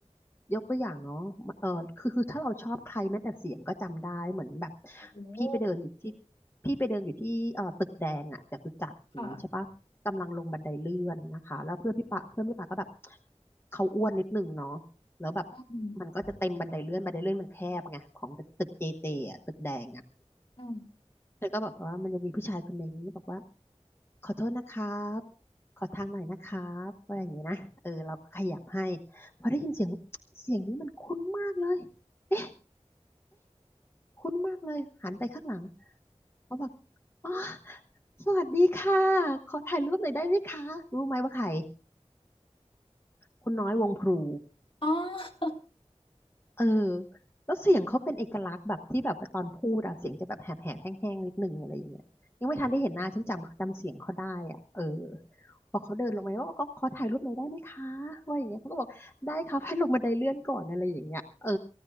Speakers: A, on the left; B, on the left.
A: ยกตัวอย่างเนาะเออคือคือถ้าเราชอบใครแม้แต่เสียงก็จำได้เหมือนแบบ
B: ๆโอ้โ
A: พี่ไปเดินอยู่ที่พี่ไปเดินอยู่ที่เอ่อตึกแดงอ่ะจตุจักรอย่างนี้ใช่ปะกำลังลงบันไดเลื่อนนะคะแล้วเพื่อนพี่ปะเพื่อนพี่ปะก็แบบ
B: หค่ะ
A: เขาอ้วนนิดหนึ่งเนาะแล้วแบบ
B: อืม
A: มันก็จะเต็มบันไดเลื่อนบันไดเลื่อนมันแคบไงของตึกตึกเจเจอ่ะตึกแดงอ่ะ
B: อืม
A: แล้วก็บอกว่ามันจะมีผู้ชายคนหนึ่งบอกว่าขอโทษนะครับขอทางหน่อยนะครับอะไรอย่างเงี้ยนะเออเราก็ขยับให้พอได้ยินเสียงเสียงนี้มันคุ้นมากเลยเอ๊ะคุ้นมากเลยหันไปข้างหลังเขาบอกอ๋อสวัสดีค่ะขอถ่ายรูปหน่อยได้ไหมคะรู้ไหมว่าใครคุณน้อยวงพลู
B: อ๋อ
A: เออแล้วเสียงเขาเป็นเอกลักษณ์แบบที่แบบตอนพูดอะเสียงจะแบบแหบแหบแห้งๆนิดนึงอะไรอย่างเงี้ยยังไม่ทันได้เห็นหน้าฉันจำจำเสียงเขาได้อ่ะเออพอเขาเดินลงมาว่าก็ขอถ่ายรูปหน่อยได้ไหมคะว่าอย่างเงี้ยเขาก็บอกได้ครับให้ลงบันไดเลื่อนก่อนอะไรอย่างเงี้ยเออ